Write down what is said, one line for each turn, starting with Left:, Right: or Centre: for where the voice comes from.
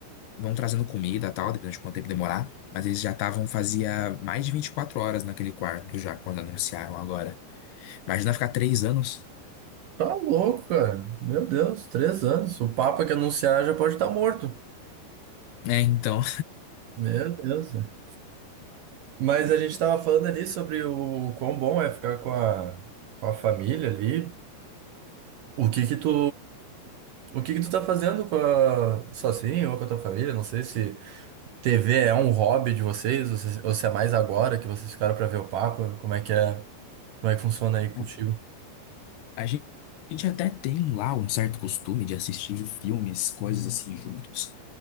Left: vão trazendo comida e tal, dependendo de quanto tempo demorar. Mas eles já estavam, fazia mais de 24 horas naquele quarto já, quando anunciaram agora. Imagina ficar três anos.
Right: Tá louco, cara. Meu Deus, três anos. O Papa que anunciar já pode estar morto.
Left: É, então.
Right: Meu Deus. velho. Mas a gente tava falando ali sobre o quão bom é ficar com a, com a família ali. O que que tu, o que que tu tá fazendo com a, sozinho ou com a tua família? Não sei se TV é um hobby de vocês ou se, ou se é mais agora que vocês ficaram pra ver o Papa. Como é que é, como é que funciona aí contigo?
Left: <laughs> A gen- a gente até tem lá um certo costume de assistir filmes, coisas assim juntos.